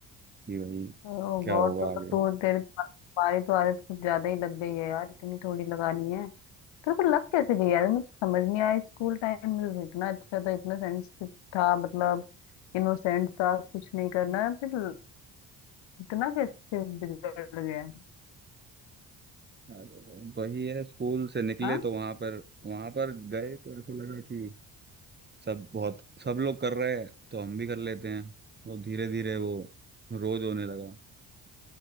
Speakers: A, on the right; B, on the left.
A: कि भाई
B: ओ
A: क्या
B: गॉड
A: होगा
B: तो, तो,
A: आगे
B: तो तेरे तो तुम्हारी तो आदत कुछ ज्यादा ही लग गई है यार इतनी थोड़ी लगानी है तेरे को लग कैसे गई यार मुझे समझ नहीं आया स्कूल टाइम में तो इतना अच्छा था इतना सेंसिटिव था मतलब इनोसेंट था कुछ नहीं करना फिर इतना कैसे बिगड़ गया
A: अरे, वही है स्कूल से निकले
B: हाँ
A: तो वहां पर वहां पर गए तो ऐसा लगा कि सब बहुत सब लोग कर रहे हैं तो हम भी कर लेते हैं तो धीरे धीरे वो रोज होने लगा